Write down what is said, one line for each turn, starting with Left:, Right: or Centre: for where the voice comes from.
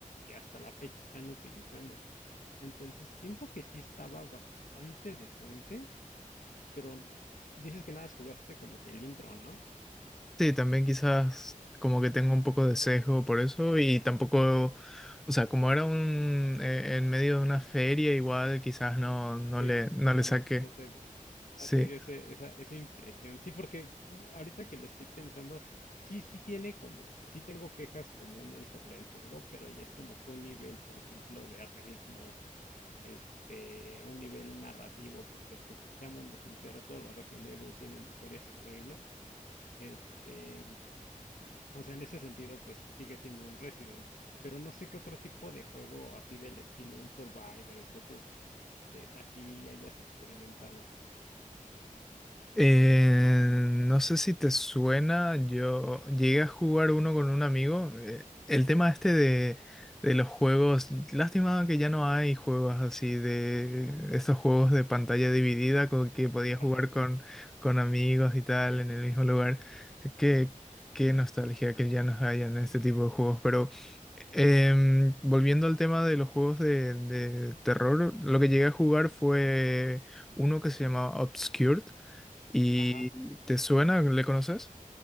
Left: que hasta la fecha están utilizando. Entonces, siento que sí estaba bastante decente, pero ah, dices que nada más jugaste como que el intro, ¿no?
Centre: Sí, también quizás como que tengo un poco de sesgo por eso y tampoco, o sea, como era un, eh, en medio de una feria, igual quizás no, no
Left: Sí,
Centre: le, no
Left: no,
Centre: le saqué.
Left: no, no te, no
Centre: Sí.
Left: te dio ese- esa, esa impresión. Sí, porque mm, ahorita que lo estoy pensando, sí, sí tiene como, sí tengo quejas comunes sobre el juego, pero ya es como que un nivel, por ejemplo, de ritmo, este, a un nivel narrativo, porque pues seámonos sinceros, todos los Resident Evil tienen historias horribles. Este, o sea, en ese sentido, pues sigue siendo un Resident. Pero no sé qué otro tipo de juego así del estilo, un survival, cosas de así hayas experimentado.
Centre: Eh, no sé si te suena, yo llegué a jugar uno con un amigo. eh, el tema este de, de los juegos, lástima que ya no hay juegos así de estos juegos de pantalla dividida con que podías
Left: Ajá,
Centre: jugar con, con amigos y tal en el mismo lugar. Qué, qué nostalgia que ya no hayan este tipo de juegos, pero... em, volviendo al tema de los juegos de, de terror, lo que llegué a jugar fue uno que se llamaba Obscured, ¿Y
Left: ajá.
Centre: te suena? ¿Le conoces?